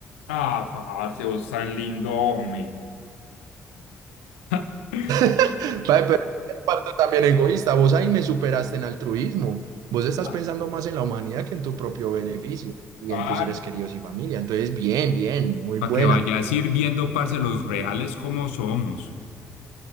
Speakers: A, on the left; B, on the right.
A: Ah, parce, vos tan lindo, hombre. <laughs>
B: <laughs> Vale, pero es parte también egoísta, vos ahí me superaste en altruismo, vos estás
A: Ah,
B: pensando más en la humanidad que en tu propio beneficio y
A: Parce.
B: en tus seres queridos y familia. Entonces, bien, bien, muy
A: Para
B: buena.
A: que vayas ir viendo, parce, los reales como somos.